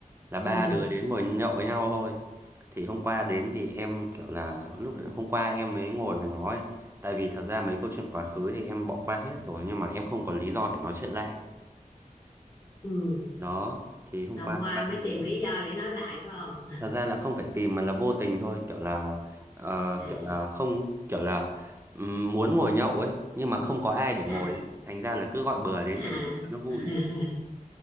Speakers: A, on the right (about 15°); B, on the left (about 25°).
A: là ba
B: ừ
A: đứa đến ngồi nhậu với nhau thôi. Thì hôm qua đến thì em kiểu là lúc đấy- hôm qua em mới ngồi với nó ấy. Tại vì thật ra mấy câu chuyện quá khứ thì em bỏ qua hết rồi nhưng mà em không có lý do để nói chuyện lại.
B: ừ
A: Đó, thì hôm
B: hôm
A: qua
B: qua
A: là ba
B: mới
A: đứa
B: tìm lý do để nói lại phải không
A: thật ra là không phải tìm mà là vô tình thôi kiểu là ờ,
B: à
A: kiểu là không kiểu là ừm, muốn ngồi nhậu ấy nhưng mà không có ai để
B: à
A: ngồi ấy thành ra là cứ gọi bừa đến
B: à <laughs>
A: để ngồi cho nó vui